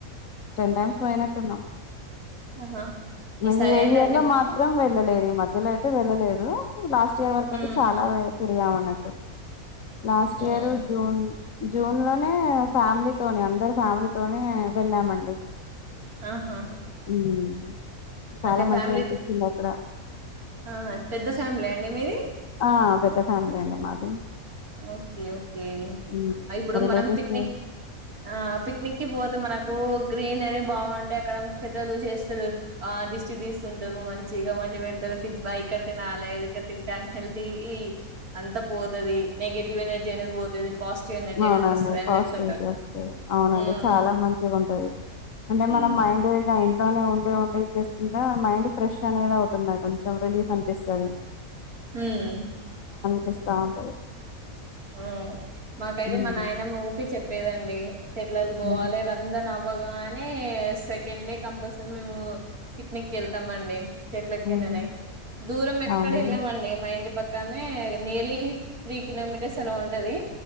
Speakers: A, on the left; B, on the right.
A: టెన్ టైమ్స్ పోయినట్టున్నాం
B: ఆహా
A: <unintelligible>
B: ఈసారి అయిందా అండి మరి
A: మాత్రం వెళ్ళలేదు మద్యలో మద్యలో అయితే వెళ్ళలేదు లాస్ట్ ఇయర్ వరకు అయితే
B: ఉమ్
A: చాలా తిరిగామన్నట్టు ట్టప్ లాస్ట్
B: ఉమ్
A: ఇయరు జూన్ జూన్ లోనే ఫ్యామిలీ తోని అందరు ఫ్యామిలీతోనే వెళ్ళామండి
B: ఆహా
A: ఉమ్ చాలా
B: అంటే
A: మంచిగా
B: ఫ్యామిలీ
A: అనిపించింది అక్కడ
B: ఆది పెద్ద ఫ్యామిలీ అం ఏమిది
A: ఆ పెద్ద ఫ్యామిలీ అండి మాది
B: ఓకే ఓకే
A: ఉమ్
B: కే ఇప్పుడు
A: రిలేటివ్స్
B: మనం పిక్నిక్ ఆ పిక్నిక్ కి పోతాం మన తో గ్రీనరీ బాగుంటాయి అక్కడ పెద్దలు చేస్తారు. ఆ దిష్టి తీస్తా ఉంటారు. మంచిగా వండి పెడతారు. తిన్న ఇక్కడ తినాలి. ఇక్కడ తింటే అన్ హెల్ది అంత పోతది. నెగిటివ్ ఎనర్జీ అనేది పోతది. పాజిటివ్ ఎనర్జీ
A: అవునండి
B: అనేది వస్తది అని
A: పాస్టిట్
B: చెప్తుంటారు
A: వస్తే అవునండి
B: ఉమ్
A: చాలా మంచిగా ఉంటది. అంటే
B: ఉమ్
A: మనం మైండ్ బోయిగా ఇంట్లోనే ఉండి ఉండడి వంట చేసుకుంటా మైండ్ ఫ్రెష్ అనేది అవుతుంది కొంచెం రిలీఫ్ అనిపిస్తది.
B: ఉమ్
A: పిస్తా ఉంటది.
B: ఉమ్ మాకైతే
A: హ్మ్
B: మా నాయనమ్మ ఊకే చెప్ చెప్పేదండి. చెట్లు లో బోవాలే
A: హ్మ్
B: రజన అవ్వగానే సెకండ్ డే కంపల్సరీ మేము పిక్నిక్ వెళ్తామ అండి చెట్ల
A: హ్మ్
B: కిందనే దూరం ఎక్కడ
A: అవునా
B: వెళ్ళామండి మా ఇంటి పక్క తానే నియర్లీ త్రీ కిలోమీటర్స్ చల ఉంటది